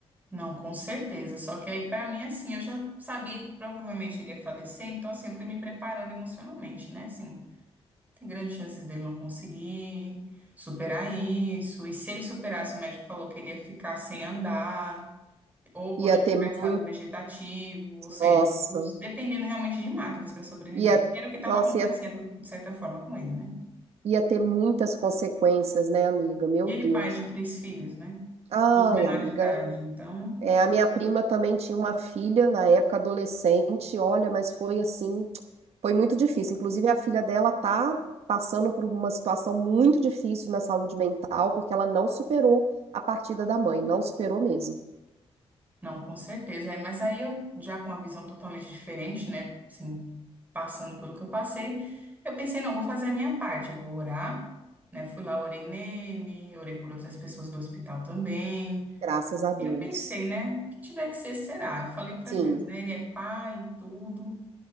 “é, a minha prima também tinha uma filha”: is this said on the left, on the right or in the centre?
Right